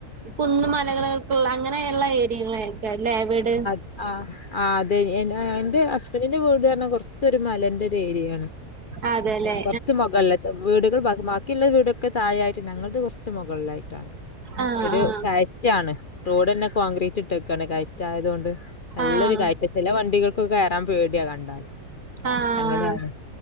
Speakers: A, on the right (about 85°); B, on the left (about 45°).
A: കുന്ന് മലകൾക്കുള്ള അങ്ങനെയുള്ള ഏരിയകള ആയിരിക്ക ലേവീട്
B: ആഹ് ആഹ് അതെ എന്റെ ഹസ്ബൻ്റിന്റെ വീട് പറഞ്ഞാ കുറച്ചൊരു മലന്റെ ഒരു ഏരിയാണ്
A: ആഹ് അതെല്ലേ
B: കുറച്ച് മുകളിലാ വീടുകൾ ബാക്കിയുള്ള വീടൊക്കെ താഴെയായിട്ട് ഞങ്ങൾടത് കുറച്ച് മുകളിലായിട്ട് കയറ്റാന്
A: ആഹ്
B: ഒരു കയറ്റാണ് റോഡന്നെ കോൺക്രീറ്റ് ഇട്ടക്കാണ് കയറ്റ റ്റായതുകൊണ്ട് നല്ലൊരു
A: ആഹ്
B: കയറ്റ ചില വണ്ടികൾക്ക് കയറാൻ പേടിയാ കണ്ടാല്
A: ആഹ് ആഹ്
B: അങ്ങനെയാണ്